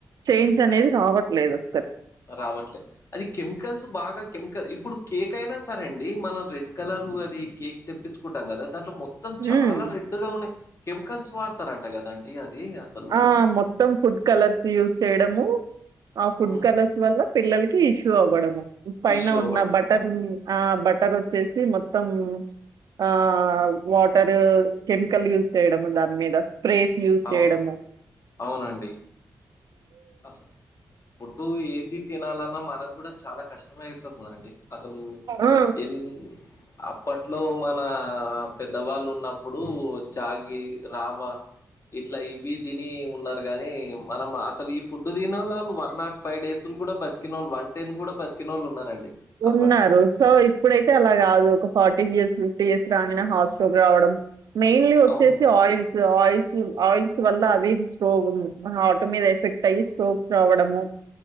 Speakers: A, on the right; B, on the left.
A: చేంజ్ అనేది రావట్లేదు అ
B: రావట్లేదు అది కెమికల్స్ బాగా కెమికల్ ఇప్పుడు కేక్ అయినా సరే అండి మన రెడ్ కలరు అది కేక్ తెప్పించుకుంటాం కదా దాంట్లో మొత్తం
A: హ్మ్.
B: చాలా రెడ్గా ఉన్నాయి కెమికల్స్ వాడతారంట కదా అండి అది అసలు
A: ఆ మొత్తం ఫుడ్ కలర్స్ యూజ్ చేయడము ఆ ఫుడ్
B: ఉమ్.
A: కలర్స్ వల్ల పిల్లల కి ఇష్యూ అవ్వడ పైన
B: ఇష్యూ
A: ఉన్న
B: అవ్వడం
A: బటన్ ఆ బట్ టరోచ్చేసి మొత్తం ఆ వాటర్ కెమికల్ యూస్్ చేయడము దాని మీద స్ప్రేస్ యూస్్
B: అవును
A: చేయడము
B: అవునండి అసలు ఫుడ్డు ఏది తినాలన్నా మనకు కూడా చాలా కష్టమైతు ది అండి అసలు
A: ఆ!
B: ఎన్ అప్పట్లో మన పెద్దవాళ్ళు ఉన్నప్పుడు జాగి రావా ఇట్లా ఇవి తిని ఉన్నారు గాని మనం అసలు ఈ ఫుడ్ తినళ్ళు వాళ్ు వన్ నాట్ ఫైవ్ డేస్ కూడా బతికినోళ్ళు వన్ టైన్ కూడా బతికినోళ్ళు ఉన్నారండి
A: ఉన్నారు
B: అప్పట్లో
A: సో ఇప్పుడైతే అలా కాదు ఒక ఫార్టీ ఇయర్స్ ఫిఫ్టీ ఇయర్స్ రాగానే హార్ట్ స్ట్రాక్ రావడం మెయిన్లీ వచ్చేసి
B: అవును
A: ఆయిల్స్ ఆయిల్స్ ఆయిల్స్ వల్ల అవి స్టో హార్ట్ మీద ఎఫెక్ట్ అయి స్ట్రోక్స్ రావడము